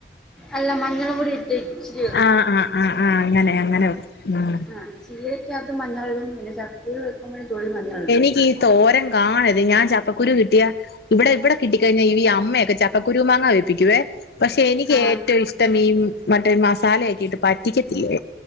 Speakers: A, in the centre; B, on the left (about 65°).
A: അല്ല മഞ്ഞൾ പൊടി ച്ച് രി
B: ആഹ് ആഹ് ആഹ് ആഹ് അങ്ങനെ അങ്ങനെ വെക്കും ഉം
A: ആഹ് ചീരയ്ക്കകത്ത് മഞ്ഞൾ ഇടും പിന്നെ ചക്കൂരി വെക്കുമ്പോഴും തുള്ളി മഞ്ഞള്ടും
B: എനിക്ക് ഈ തോരം കാണത് ഞാൻ ചപ്പക്കുരു കിട്ടിയ ഇവിടെ വിടെ കിട്ടി കഴിഞ്ഞാ ഈ അമ്മയക്കെ ചക്കരു മാങ്ങ വെപ്പിക്കുവേ പക്ഷെ എനിക്ക്
A: ആ
B: ഏറ്റവും ഇഷ്ടം ഈ മറ്റെ മസാല ക്കെയിട്ട് പറ്റിക്കത്തിലെ